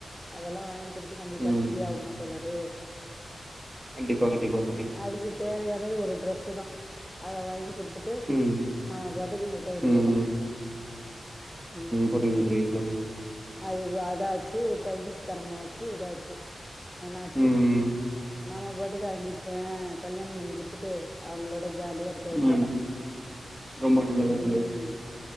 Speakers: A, in the centre; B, on the right.
A: அதெல்லா வாங்கி குடுத்து நம்மளுக்கு
B: ம்
A: கட்டுப்படி ஆகு மா தோழரே
B: கண்டிப்பா கண்டிப்பா தோழி
A: அதுக்கு தேவையானது ஒரு ட்ரெஸ் தா அத வாங்கி குடுத் துட்டு
B: ம்
A: நம்ம பாட்டுக்கு இருக்க வேண்டியதா
B: ம் ம்
A: ம்
B: புரியுது
A: ம்
B: புரியுது தோழி
A: அது அதாச்சு சைனீஸ்காரம்மாவாச்சு இதாச்சு அவனாச்சு
B: ம் ம்
A: நம்ம பாட்டுக்கு அங்கப்போ கல்யாணோ பண்ணி குடுத்துட்டு அவங்களோட ஜாலியா இருக்க வேண்டியதா
B: ம் ரொம்ப நல்லது
A: ம்
B: நல்லது தோழி